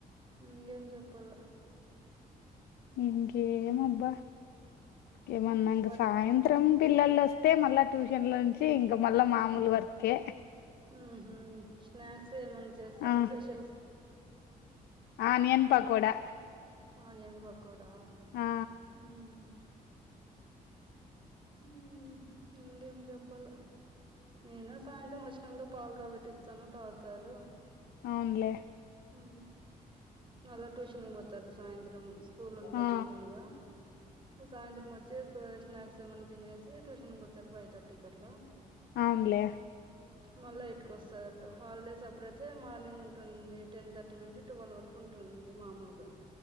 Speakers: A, on the right (about 30°); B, on the left (about 85°).
A: ఇంగేం చెప్పల్ల
B: ఇంకేమబ్బ
A: హ్మ్
B: ఏమన్న ఇంగ
A: బట్
B: సాయంత త్రం పిల్లలు వస్తే మళ్ళా ట్యూషన్ లో నుంచి ఇంక మళ్ళా మామూలు వర్కే
A: మ్మ్ హు స్నాక్స్ ఏమన్నా చేస్తారా
B: ఆ
A: స్పెషల్
B: ఆ నేను పకోడా
A: ఆనియన్ పకోడా
B: ఆ
A: మ్మ్ మ్మ్ ఇంగేం చెప్పాల నేను సాయంత్రం వచ్చినంగా పాలు కాబట్టిస్తాను తాగుతారు
B: అవునులే
A: ఉ మళ్ళా ట్యూషన్కి పోతారు సాయంత్రం స్కూల్ ఉంటే
B: ఆ
A: మామూలుగా అ సాయంత్రం వచ్చి క్ స్నాక్స్ ఏమైన్నా తినేసి ట్యూషన్కి పోతారు ఫైవ్ థర్టీకి అట్లా
B: అవున్లే
A: మళ్ళా ఎయిట్ కొస్తారు హాలిడేస్ అప్పుడైతే మార్నింగ్ ఉంటుంది టెన్ థర్టీ నుంచి ట్వెల్వ్ వరకు ఉంటుంది మామూలుగా